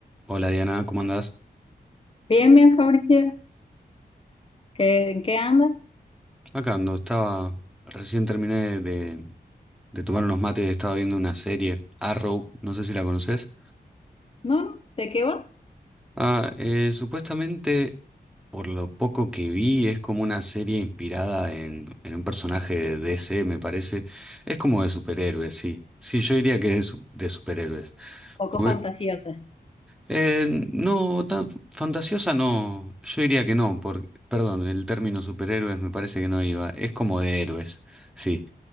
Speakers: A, in the centre; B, on the left (about 35°).
A: Hola Diana, ¿cómo andás?
B: Bien, bien, Fabricio. ¿Qué, en qué andas?
A: Acá ando, estaba, recién terminé de, de tomar unos mates, estaba viendo una serie, Arrow, no sé si la conoces.
B: No, no, ¿de qué va?
A: Ah, eh, supuestamente, por lo poco que vi, es como una serie inspirada en, en un personaje de DC, me parece. Es como de superhéroes, sí. Sí, yo diría que es de, su- de superhéroes.
B: Poco
A: Porque,
B: fantasiosa.
A: eh, no, tan fantasiosa no, yo diría que no, porque, perdón, el término superhéroes me parece que no iba, es como de héroes, sí.